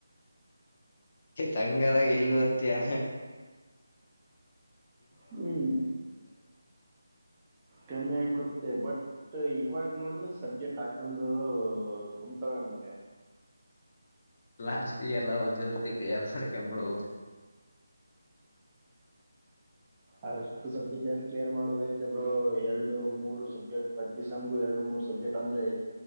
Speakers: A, on the left (about 30°); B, on the right (about 15°).
A: ತಂಗದಾಗ ಎಲ್ಲ್ ಓದ್ತೀಯಾ?
B: ಹ್ಮ್ ಕಮ್ಮಿ ಆಗ್ಬಿಡತ್ತೆ ಬಟ್ ಇವಾಗ್ ನೋಡಿದ್ರೆ ಸಬ್ಜೆಕ್ಟ್ ಹಾಕೊಂಡೂ ಗುಮ್ತಾವ ನಮ್ಗೆ.
A: ಲಾಸ್ಟ್ ಇಯರ್ಲ್ಲ ಒಂದೇ ಸತಿ ಕ್ಲಿಯರ್ ಮಾಡಿಕಂಬುಡು.
B: ಅಷ್ಟು ಸಬ್ಜೆಕ್ಟ್ ಯಾರೂ ಕ್ಲಿಯರ್ ಮಾಡೋದಾಯ್ತೆ ಬ್ರೋ ಎರಡು ಮೂರು ಸಬ್ಜೆಕ್ಟ್ ಪ್ರತಿ ಸಮ್ಗು ಎರಡು ಮೂರ್ ಸಬ್ಜೆಕ್ಟ್ ಅಂದ್ರೆ